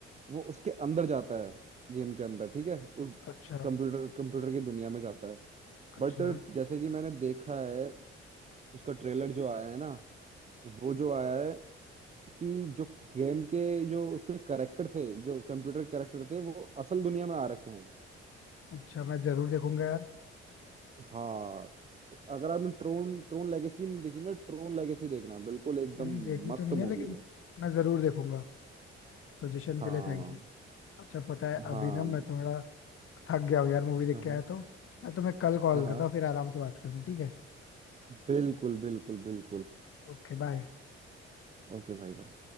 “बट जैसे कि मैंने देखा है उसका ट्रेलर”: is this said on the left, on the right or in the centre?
Right